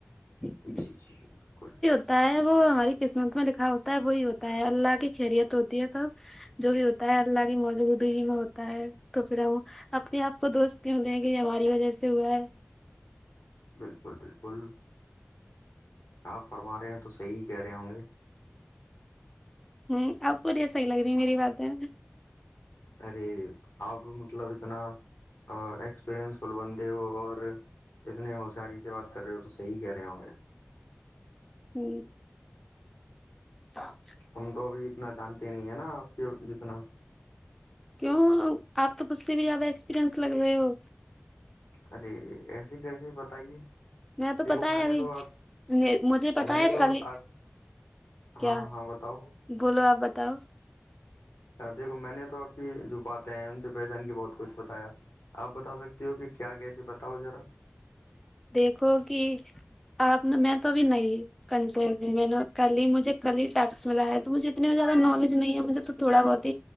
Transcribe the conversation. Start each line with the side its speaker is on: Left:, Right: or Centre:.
Centre: جی
Left: جی جی بالکل
Centre: ہوتا ہے وہ ہماری قسمت میں لکھا ہوتا ہے وہی ہوتا ہے اللہ کی خریت ہوتی ہے سب جو بھی ہوتا ہے اللہگی موج ہو د ہی میں ہوتا ہے تو پھر ہم اپنے آپ کو دوست کیوں د ہیں کہ یہ ہماری وجہ سے ہوا ہے
Left: بالکل بالکل آپ فرما رہے ہیں تو صحیح کہہ رہے ہوں گے
Centre: ہوں آب بڑیا صحی لگ رہی میری بات ہے
Left: ارے آپ مطلب اتنا ایکسپیرنس کل بندے ہو اور اتنے ہوشیاری سے بات کر رہے ہو تو صحیح کہہ رہے ہوں گے
Centre: ہی <unintelligible>
Left: تم تو ابھی اتنا جانتے نہیں ہے نا آپ کے جتنا
Centre: کیوں آپ تو مجھ سے بھی زیادہ ایکسپیریئنس لگ رہے ہو
Left: ارے ایسے کیسے بتائیے
Centre: تو
Left: دیکھو
Centre: پتا
Left: میں
Centre: ہے
Left: نے تو آپ
Centre: ابھی مجھے پتا
Left: میں نے
Centre: ہے
Left: تو
Centre: کل
Left: آپ
Centre: کیا
Left: ہاں ہاں بتاؤ <unintelligible>
Centre: بولو آپ بتاؤ
Left: دیکھو میں نے تو آپ کی جو پات ہیں ان سے پہچان کے بہت کچھ بتایا آپ بتا سکتے ہو کہ کیا کیسیے بتاؤ ذرا
Centre: دیکھو کہ آپ نے میں تو بھی نہیں کنٹ میں نے کل ہی مجھے کل ہی ٹیکس ملا ہے تو مجھے اتنے زیادہ نالج نہیں ہے مجھے تو تھوڑا بہت